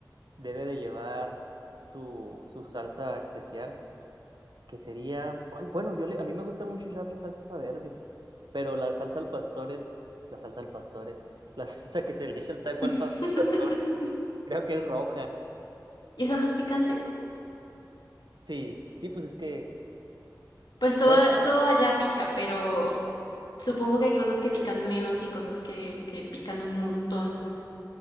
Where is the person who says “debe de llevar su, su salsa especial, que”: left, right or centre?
Right